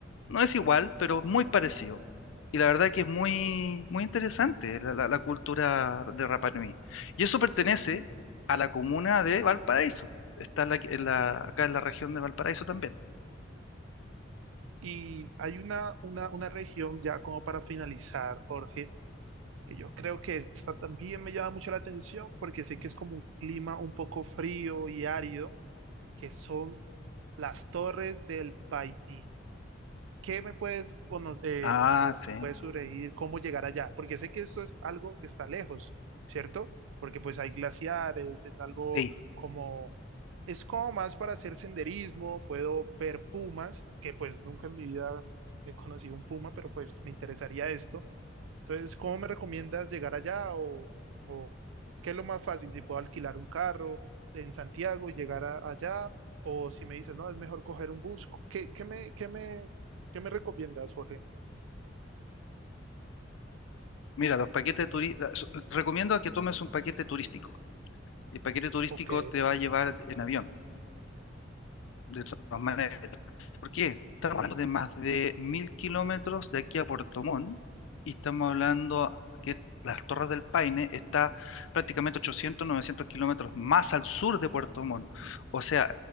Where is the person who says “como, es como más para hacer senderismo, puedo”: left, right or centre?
Right